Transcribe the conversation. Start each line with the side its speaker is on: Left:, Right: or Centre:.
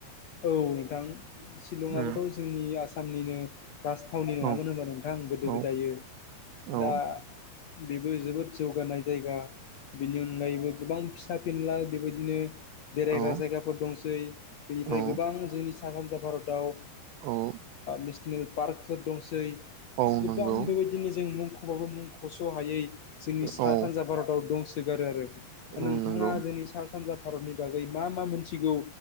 Left: औ नोंथां शलंआोथ'
Right: उम
Left: जोंनि आसाम आसामनिनो राजथावनि नङामोन
Right: औ
Left: होनबा नोंथां आ गोदो
Right: औ
Left: गोदायो
Right: औ
Left: दा बेबो जोबोद जौगानाय जायगा बेनि अनगायैबो गोबां फिसा फिनला बेबायदिनो बेरायग्रा
Right: औ
Left: जायगाफोर दंसै बेनिफ्राय
Right: औ
Left: गोबां जोंनि साहा सानजा भारताव
Right: औ
Left: नेसनेल पार्कफोर दंसै
Right: औ
Left: गोबां
Right: नंगौ
Left: बेबायदिनो जों मुंख'बाबो मुं खस' हायै जोंनि सा
Right: औ
Left: सानजा भारताव दंसोगोन
Right: औ
Left: नोंथाङा
Right: नंगौ
Left: जोंनि सा सानजा भारतनि बागै मा मा मोनथिगौ